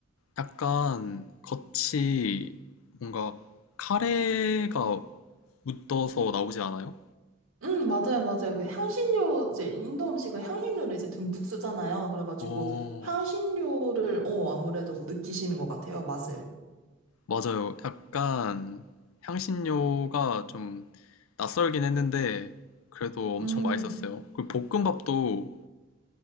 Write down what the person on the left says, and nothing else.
약간 겉이 뭔가 카레가 묻어서 나오지 않아요?
어,
맞아요. 약간 향신료가 좀 낯설긴 했는데 그래도 엄청
맛있었어요. 그리고 볶음밥도